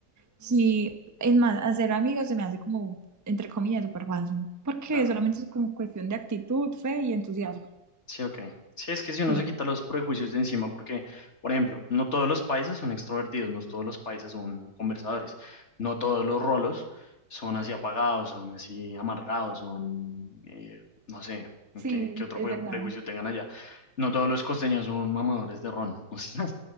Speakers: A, on the right (about 15°); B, on the left (about 40°).
A: Sí, es más, hacer amigos se me hace como, entre comillas, súper fácil, porque
B: claro.
A: solamente es como cuestión de actitud, fe y entusiasmo.
B: Sí, ok. Sí, es que si uno
A: Sí,
B: se quita los prejuicios de encima, porque, por ejemplo, no todos los paisas son extrovertidos, no todos los paisas son conversadores, no todos los rolos son así apagados, son así amargados, son, eh, no sé,
A: sí,
B: qué, qué otro
A: es
B: pre-
A: verdad.
B: prejuicio tengan allá. No todos los costeños son mamadores de ron, <laughs> o sea,